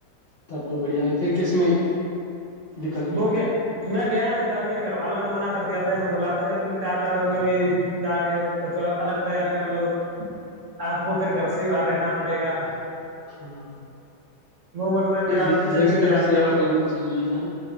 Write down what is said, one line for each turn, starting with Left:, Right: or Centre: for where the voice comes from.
Left: تب تو بڑھیا ہے پھر کس میں دقت ہوئی
Right: وہ کہ میں گیا نہیں تھا میرے گھر والوں نے منع کر کر دیا بولا تھا کہ تم کیا کرو گے ابھی جا کے کچھ الگ تیاری کر لو آپ کو پھر گھر سے ہی باہر رہنا پڑے گا
Left: ہاں
Right: وہ بول رہے
Left: اپنے
Right: تھے آپ
Left: دی-
Right: ٹیچر
Left: دیش
Right: کی
Left: کا
Right: تیاری
Left: بھی سیوا
Right: کر لو
Left: کرنی چاہیے ہاں